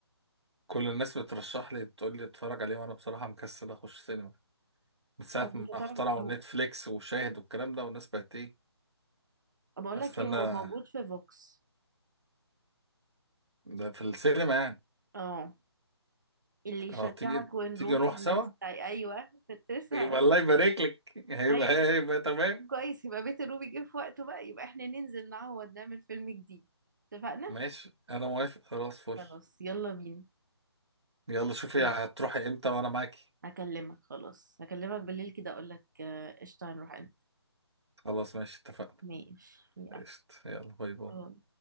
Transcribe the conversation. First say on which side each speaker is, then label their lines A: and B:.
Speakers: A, on the right; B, on the right.
A: كل الناس بترشح لي بتقول لي اتفرج عليه وانا بصراحة مكسل اخش سينما من ساعة
B: طب
A: ما
B: انت تعرف
A: اخترعوا
B: هو
A: نتفليكس وشاهد والكلام ده والناس بقت ايه
B: بقول
A: هستنى
B: لك ايه هو موجود في فوكس
A: ده في السينما يعني
B: اه اللي يشجعك
A: اه تيجي
B: ونروح
A: تيجي نروح
B: الناس
A: سوا
B: تاي ايوه كنت لسه
A: يبقى
B: هقول
A: الله
B: لك
A: يبارك لك هيبقى
B: ايوه
A: هيبقى تمام
B: كويس يبقى بيت الروبي جه في وقته بقى يبقى احنا ننزل نعوض نعمل فيلم جديد اتفقنا
A: ماشي انا موافق خلاص فل
B: خلاص يلا بينا
A: يلا شوفي
B: ايه
A: هتروحي امتى وانا معاكي
B: هكلمك خلاص هكلمك بالليل كده اقول لك آه، قشطه هنروح امتى
A: خلاص ماشي اتفقنا
B: ماشي يلا
A: قشطة يلا باي باي
B: باي.